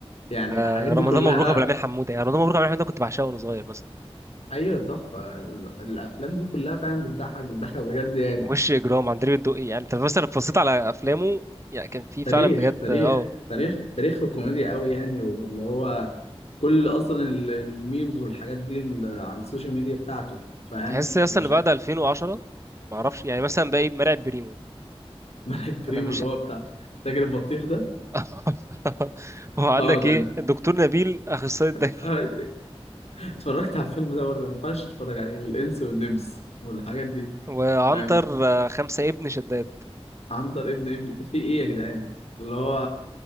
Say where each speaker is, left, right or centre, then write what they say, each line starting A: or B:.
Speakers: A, on the left; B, on the right.
A: يعني
B: آه
A: الحاجات دي
B: رمضان
A: كلها
B: مبروك ابو العميل حموده يعني رمضان مبروك ابو العميل حموده كنت بعشقه وانا صغير مثلا
A: ايوه تحفه ال- الافلام دي كلها فعلا بتضحك بتضحك
B: و-
A: بجد يعني
B: ووش اجرام عندليب الدقي يعني انت مثلا لو بصيت على افلامه يعني كان في
A: تاريخ
B: فعلا بجد
A: تاريخ
B: اه
A: تاريخ تاريخ في الكوميديا قوي يعني واللي هو كل اصلا ال- الميمز والحاجات دي ال- على السوشيال ميديا بتاعته فاهم
B: تحس اصلا
A: فمش
B: ان بعد
A: عارف
B: 2010 ما اعرفش يعني مثلا بقى ايه مرعب بريمو
A: <laughs> ملعب بريمو
B: انا مش
A: اللي
B: ه-
A: هو بتاع تاجر البطيخ ده
B: <laughs> وعندك
A: اه ده
B: ايه
A: أنا.
B: الدكتور نبيل اخصائي الدكتور
A: <laughs> آه، اتفرجت على الفيلم ده برضه ما ينفعش تتفرج عليه والانس والنمس والحاجات دي
B: وعنتر
A: ما-
B: آه، خمسة ابن شداد
A: عنتر ابن ابن في ايه يا جدعان اللي هو